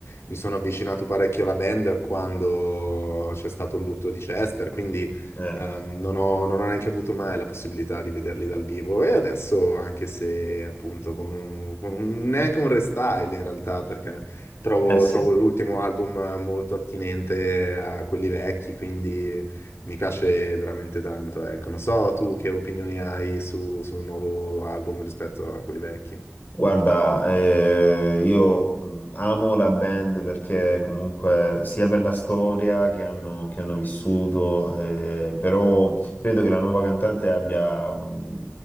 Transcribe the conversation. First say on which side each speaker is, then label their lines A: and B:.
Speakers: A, on the left; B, on the left.
A: mi sono avvicinato parecchio alla band quando c'è stato il lutto di Chester, quindi
B: Eh,
A: Ehm, non ho, non ho neanche avuto mai la possibilità di vederli dal vivo e adesso, anche se appunto con, un- con un- neanche un restyle in realtà, perché trovo,
B: eh sì.
A: trovo l'ultimo album molto attinente a quelli vecchi, quindi mi piace veramente tanto. Ecco, non so tu che opinioni hai su, sul nuovo album rispetto a quelli vecchi.
B: Guarda, eh, io mh, amo la band perché comunque sia per la storia che hanno, che hanno vissuto, eh, però credo che la nuova cantante abbia un-